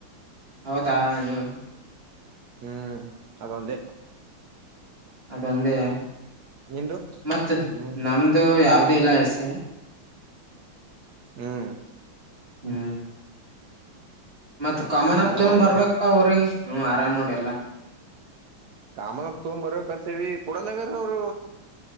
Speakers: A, on the right; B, on the right.
A: ಹೌದಾ ನೀ
B: ಹ್ಮ್ ಅದು ಒಂದೇ
A: ಅದೊಂದೇ
B: ನಿಂದು
A: ಮತ್ತ
B: ಹ್ಮ್
A: ನಮ್ದು ಯಾವ್ದ ಮಲಾಸ <unintelligible>
B: ಹ್ಮ್
A: ಹ್ಮ ಮತ್ ಕಾಮನ್ ಅಪ್
B: ಆರಾಮಲ್ಲ
A: ತಗೊಂಡ್ ಬರ್ಬೇಕಪ್ಪ ಅವ್ರಿ ಹ್ಮ ಆರಾಮ್ ನೋಡಿ ಎಲ್ಲ
B: ಕಾಮ ತೊಂಬ ಬರ್ಬೇಕಕ್ಂತೀವಿ ಕುಡದಾಗಾರ ಅವರು